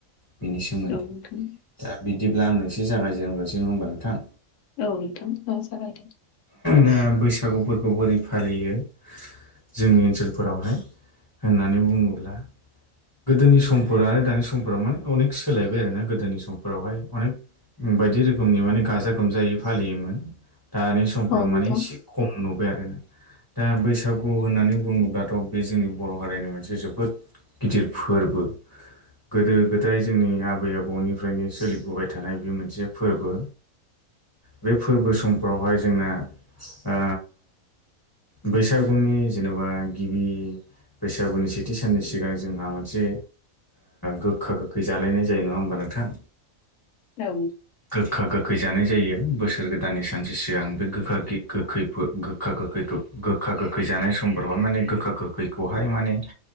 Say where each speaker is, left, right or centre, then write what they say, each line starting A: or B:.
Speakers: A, on the left (about 15°); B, on the left (about 70°).
A: बिनि सोमोन्दै
B: औ नोंथां
A: दा बिदिब्ला आं नोंस जागायजेनग्रसै नङा होनबा नोंथां?
B: औ नोंथां औ सारायदों।
A: नो बैसागुफोरखौ बोरै फालियो। जोंनि ओनसोलफोरावहाय होननानै बुङोब्ला गोदोनि समफोर आरो दानि समफोराव माने अनेक सोलायबाय आरोना गोदोनि समफोरावहाय अनेक बायदि रोखोमनि माने गाजा गोमजायै फालियोमोन। दानि सम समफ्राव
B: औ
A: माने
B: नोंथां
A: एसे खम नुबाय आरो ना दा बैसागु होननानै बुङोब्लाथ' बे जोंनि बर' हारिनि मोनसे जोबोद गिदिर फोरबो गोदो गोदाय जोंनि आबै आबौनिफ्रायनो सोलिबोबाय थानाय बे मोनसे फोरबो। बे फोरबो समफ्रावहाय जोंना आ बैसागुनि जेन'बा गिबि बैसागुनि सेथि साननि सिगां जोंहा मोनसे गोखा गोखै जालायनाय जायो नङा होमबा नोंथां?
B: औ।
A: गोखा गोखै जानाय जायो बोसोर गोदाननि सानसे सिगां बे गोखा गोखै गोखा गोखैखौ गोखा गोखै जानाय समफोरावहाय माने गोखा गोखैखौहाय माने